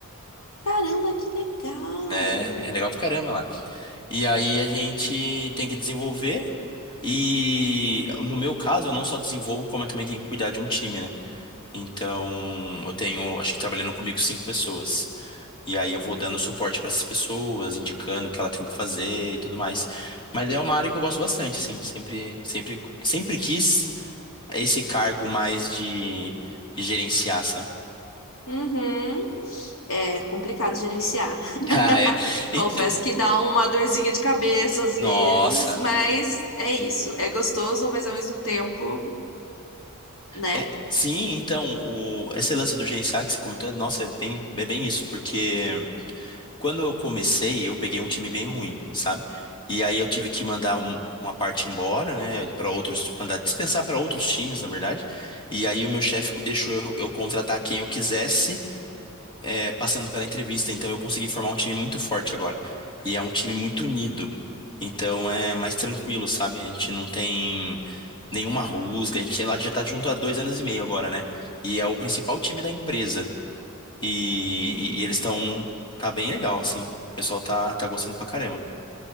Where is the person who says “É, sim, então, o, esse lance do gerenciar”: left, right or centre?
Left